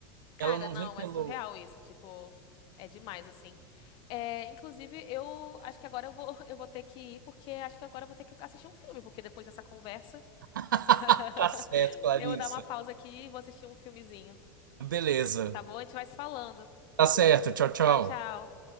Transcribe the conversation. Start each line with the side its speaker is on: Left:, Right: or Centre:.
Left: Cara,
Right: Ela não
Left: não,
Right: vê pelo.
Left: é surreal isso, tipo, é demais, assim. É, inclusive, eu acho que agora eu vou, <laughs> eu vou ter que ir, porque acho que agora eu vou ter que assistir um filme, porque depois dessa conversa,
Right: <laughs>
Left: <laughs>
Right: Tá certo, Clarissa.
Left: eu vou dar uma pausa aqui e vou assistir um filmezinho,
Right: Beleza.
Left: tá bom? A gente vai se falando.
Right: Tá certo. Tchau, tchau.
Left: Tchau, tchau.